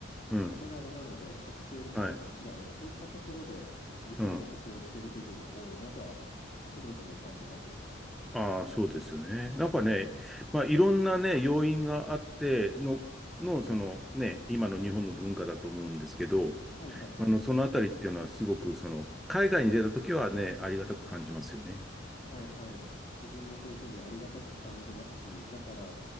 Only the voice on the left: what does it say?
縦長なので食性とかも違う、
そういったところで日本は得をしている部分は多いなとは常々感じますよね。
はいはい。
はいはい。自分もそういうふうにありがたく感じますし、だから